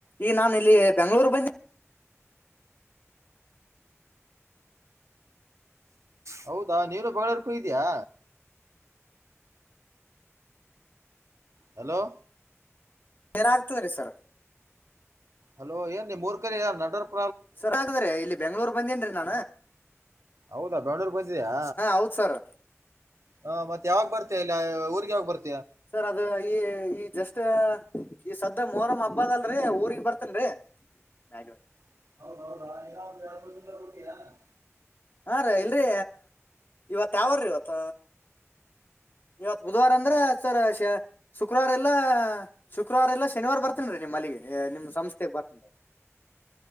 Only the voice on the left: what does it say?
ಈ ನಾನು ಇಲ್ಲಿ ಬೆಂಗ್ಳೂರ್ ಬಂದೆ
ಬೇರಾಗಗ್ತದೆ ರೀ ಸರ್
ಸರ್ ಹಾಗದ್ರೆ ಇಲ್ಲಿ ಬೆಂಗಳೂರು ಬಂದೇನ್ರಿ ನಾ
ಹೌದ್ ಸರ್
ಸರ್ ಅದು ಈ ಈ ಜಸ್ಟ್ ಈ ಸದ್ದ ಮೋರಮ್ ಹಬ್ಬದ ಅಲ್ರೀ ಊರಿಗ್ ಬರ್ತನ್ರೇ ಮೆಗಾಡು
ಹಾ ರೀ ಇಲ್ರಿ ಇವತ್ ಯಾವಾರೀ ಇವತ್ತ. ಇವತ್ ಬುಧವಾರ ಅಂದ್ರೆ ಸರ್ ಶ ಶುಕ್ರವಾರ ಇಲ್ಲ ಶುಕ್ರವಾರ ಇಲ್ಲ ಶನಿವಾರ ಬರ್ತೇನ ರೀ ನಿಮ್ಮ ಮಲ್ಲಿಗೆ. ಏ ನಿಮ ಸಂಸ್ಥೆಗೆ ಬರ್ತ